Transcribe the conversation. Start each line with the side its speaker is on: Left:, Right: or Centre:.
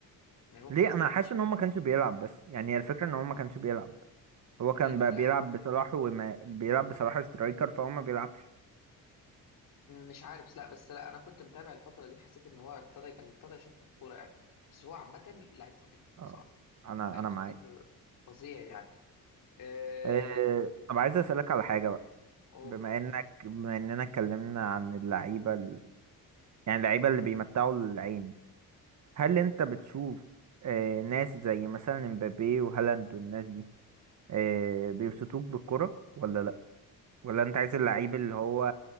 Left: يعني هو
Right: ليه
Left: خلاص
Right: انا
Left: ما كانش
Right: حاسس ان هو ما كانش بيلعب بس يعني هي الفكرة ان هو ما كانش بيلعب هو كان
Left: لا
Right: بقى
Left: لا
Right: بيلعب بصلاح وما بيلعب بصلاح سترايكر فهو ما بيلعبش
Left: مش عارف بس لا بس لا انا كنت متابع الفتره دي حسيت ان هو ابتدى كان ابتدى يشط الكوره يعني بس هو عامه لعيب خطير
Right: اه
Left: بصراحه
Right: انا
Left: لعيب
Right: انا معاك
Left: خطير فظيع يعني أه...
Right: إيه طب عايز اسألك على حاجة بقى
Left: أو...
Right: بما انك بما اننا اتكلمنا عن اللعيبة ال... يعني اللعيبة اللي بيمتعوا العين هل انت بتشوف إيه ناس زي مثلا مبابي وهالاند والناس دي آه، بيبسطوك بالكرة ولا لا ولا انت عايز اللعيب اللي هو